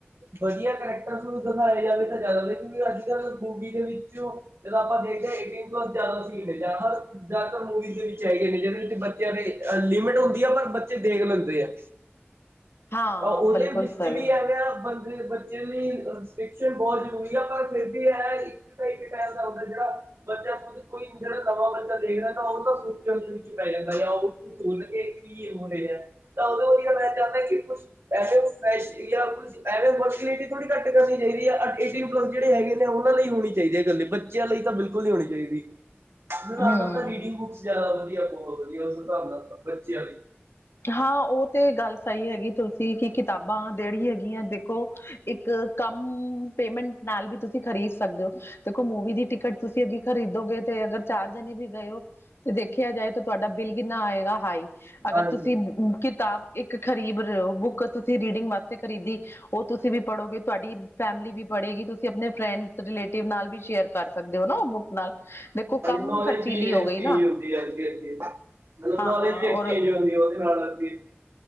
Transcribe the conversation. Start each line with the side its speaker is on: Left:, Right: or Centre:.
Right: ਵਧੀਆ ਕਰੈਕਟਰ ਦਿਖਾਇਆ ਜਾਵੇ ਤਾਂ ਜ਼ਿਆਦਾ ਵਧੀਆ ਕਿਉਂਕਿ ਅੱਜ ਮੂਵੀ ਦੇ ਵਿੱਚੋਂ ਜਦੋਂ ਆਪਾਂ ਦੇਖਦੇ ਆ ਜ਼ਿਆਦਾ ਸੀ ਜ਼ਿਆਦਾਤਰ ਮੂਵੀਜ਼ ਦੇ ਵਿੱਚ ਹੈਗੇ, ਨੇ ਜਿਹਦੇ ਵਿੱਚ ਬੱਚਿਆਂ ਦੇ ਲਿਮਿਟ ਹੁੰਦੀ ਆ ਪਰ ਬੱਚੇ ਦੇਖ ਲੈਂਦੇ ਆ।
Left: <inaudible> ਹਾਂ
Right: ਤਾਂ ਉਹਦੇ
Left: ਬਿਲਕੁਲ
Right: ਵਿੱਚ
Left: ਸਹੀ
Right: ਵੀ ਇਹ ਨਾ ਬੰ ਬੱਚੇ ਲਈ ਸ ਬਹੁਤ ਜ਼ਰੂਰੀ ਹੈ ਪਰ ਫਿਰ ਵੀ ਇਹ ਇੱਕ ਇੱਕ ਟਮ ਜਿਹੜਾ ਬੱਚਾ ਸੁ ਜਿਹੜਾ ਨਵਾਂ ਬੱਚਾ ਦੇਖ ਰਿਹਾ ਤਾਂ ਉਹ ਤਾਂ ਸੁਚਣ ਵਿੱਚ ਪੈ ਜਾਂਦਾ ਆ ਉਹ ਸੁਣ ਕੇ ਕੀ ਹੋ ਰਿਹਾ ਤਾਂ ਉਦੋਂ ਵਧੀਆ ਮੈਂ ਚਾਹੁੰਦਾ ਕਿ ਕੁਛ ਐਵੇਂ ਜਾਂ ਕੁਛ ਐਵੇਂ ਥੋੜੀ ਘੱ ਕਰਨੀ ਚਾਹੀ ਹੈ ਆ ਏਟੀਨ ਪਲੱਸ ਜਿਹੜ ਹੈਗੇ ਨੇ ਉਹ ਲਈ ਹੋਣੀ ਚਾਹੀ ਹੈ ਇਕੱਲੇ ਬੱਚਿਆਂ ਲਈ ਤਾਂ ਬਿਲਕੁ ਹੋਣੀ ਚਾਹੀਦੀ ਮੂੰਦਾ
Left: ਹਮ
Right: ਰੀਡਿੰਗ ਬੁੱਕਸ ਜ਼ਿਆਦਾ ਵਧੀਆ ਹੈ ਬਹੁਤ ਵਧੀਆ ਉਸ ਹਿਸਾਬ ਨਾਲ ਬੱਚਿਆਂ ਲਈ
Left: ਹਾਂ ਉਹ ਤੇ ਗੱਲ ਸਹੀ ਹੈਗੀ ਤੁਸੀਂ ਕਿ ਕਿਤਾਬਾਂ ਜਿਹੜੀ ਹੈਗੀਆਂ ਦੇਖੋ ਇੱਕ ਕੰਮ ਪੇਮੈਂਟ ਨਾਲ ਵੀ ਤੁਸੀਂ ਖਰੀਦ ਸਕਦੇ ਹੋ ਦੇਖੋ ਮੂਵੀ ਦੀ ਟਿਕਟ ਤੁਸੀਂ ਅਗੇ ਖਰੀਦੋਗੇ ਤੇ ਅਗਰ ਚਾਰ ਜਣੇ ਵੀ ਗਏ ਓ ਤੇ ਦੇਖਿਆ ਜਾਏ ਤਾਂ ਤੁਹਾਡਾ ਬਿੱਲ ਕਿੰਨਾ ਆਏਗਾ ਹਾਈ ਅਗਰ
Right: ਹਾਂਜੀ
Left: ਤੁਸੀਂ ਕਿਤਾਬ ਇੱਕ ਖ਼ਰੀਦ ਰਹੇ ਹੋ ਬੁੱਕ ਤੁਸੀਂ ਰੀਡਿੰਗ ਵਾਸਤੇ ਖਰੀਦੀ ਉਹ ਤੁਸੀਂ ਵੀ ਪੜੋਗੇ ਤੁਹਾਡੀ ਫੈਮਿਲੀ ਵੀ ਪੜੇਗੀ ਤੁਸੀਂ ਆਪਣੇ ਫਰੈਂਡਸ ਰਿਲੇਟਿਵ ਨਾਲ ਵੀ ਸ਼ੇਅਰ ਕਰ ਸਕਦੇ ਹੋ ਨਾ ਉਹ ਬੁੱਕ ਨਾਲ ਦੇਖੋ ਕੰਮ
Right: ਨੌਲੇਜ
Left: ਖਰਚੀਲੀ
Right: ਵੀਂ
Left: ਹੋ ਗਈ ਨਾ
Right: ਹੁੰਦੀ ਅ <unintelligible> ਮਤਲਬ
Left: ਹਾਂ
Right: ਨੌਲੇਜ ਵੀ ਐਕਸਚੇਂਜ
Left: ਔਰ
Right: ਹੁੰਦੀ ਉਹਦੇ ਨਾਲ ਵ